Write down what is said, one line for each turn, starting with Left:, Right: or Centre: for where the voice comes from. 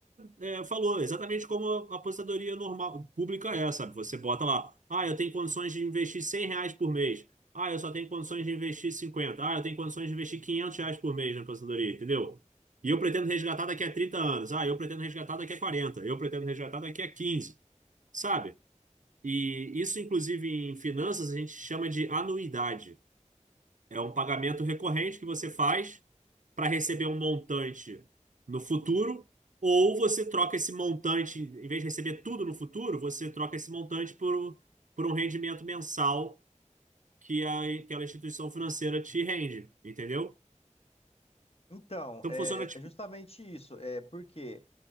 Right: é, falou, exatamente como a aposentadoria normal, pública é, sabe? Você bota lá, ah, eu tenho condições de investir 100 reais por mês. Ah, eu só tenho condições de investir cinquenta Ah, eu tenho condições de investir 500 reais por mês na aposentadoria, entendeu? E eu pretendo resgatar daqui a 30 anos. Ah, eu pretendo resgatar daqui a quarenta Eu pretendo resgatar daqui a quinze sabe? E isso, inclusive, em finanças, a gente chama de anuidade. É um pagamento recorrente que você faz para receber um montante no futuro, ou você troca esse montante, em vez de receber tudo no futuro, você troca esse montante por, por um rendimento mensal que a, aquela instituição financeira te rende, entendeu?
Left: Então,
Right: Então
Left: é,
Right: funciona tipo.
Left: é justamente isso. É porque